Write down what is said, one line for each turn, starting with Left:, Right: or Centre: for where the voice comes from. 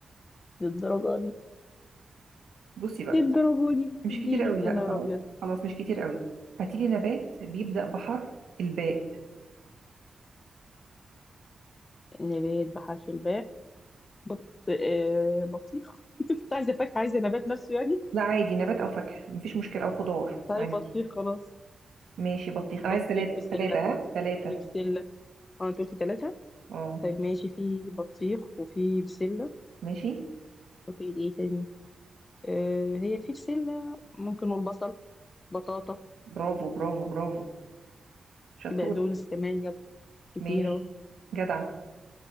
Left: للدرجة دي
Right: بصي بقى
Left: للدرجة دي مش
Right: مش
Left: تديني
Right: كتير قوي لا
Left: يا نهار
Right: خلاص
Left: أبيض
Right: خلاص مش كتير قوي هاتي لي نبات بيبدأ بحرف الباء
Left: نبات بحرف الباء بط... آه بطيخ <laughs> انت كنت عايزة فاكهة عايزة نبات نفسه يعني
Right: لا عادي نبات او فاكهة مفيش مشكلة او خضار
Left: طيب
Right: عادي
Left: بطيخ خلاص
Right: ماشي بطيخ انا
Left: بطيخ
Right: عايز ثلاثة
Left: بسلة
Right: ثلاثة ها ثلاثة
Left: في بسلة اه انت قلت تلاتة
Right: اه
Left: طيب ماشي في بطيخ وفي بسلة
Right: ماشي
Left: وفي ايه تاني آه هي في بسلة ممكن والبصل بطاطا
Right: برافو برافو برافو شطور
Left: في بقدونس كمان يلا كتير
Right: ماشي جدع